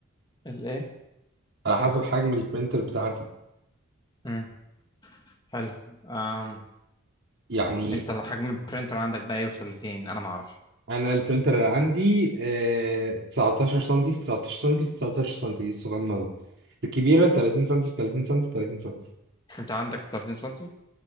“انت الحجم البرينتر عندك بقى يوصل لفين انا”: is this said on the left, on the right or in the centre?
Left